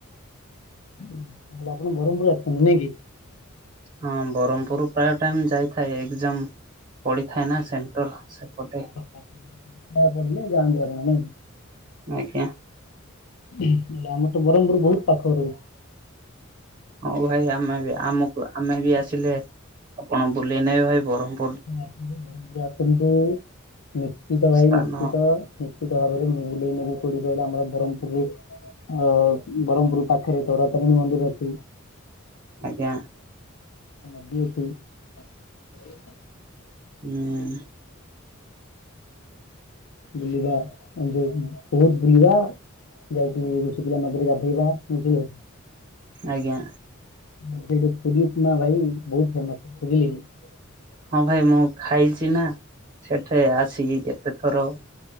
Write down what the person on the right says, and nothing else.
ହଁ ବ୍ରହ୍ମପୁର ପ୍ରାୟ ଟାଇମ ଯାଇଥାଏ, ଏକଜାମ ପଡିଥାଏ ନା ସେଣ୍ଟର। ସେପଟେ
ଆଜ୍ଞା
ହଁ ଭାଇ ଆମେ ବି ଆମକୁ ଆମେ ବି ଆସିଲେ ଆପଣ ବୁଲେଇ ନେବେ ଭାଇ ବରହ୍ମପୁର।
ସ୍ଥାନ
ଆଜ୍ଞା।
ହୁଁ
ଆଜ୍ଞା।
ହଁ ଭାଇ ମୁଁ ଖାଇଛି ନା ସେଠି ଆସିକି କେତେ ଥର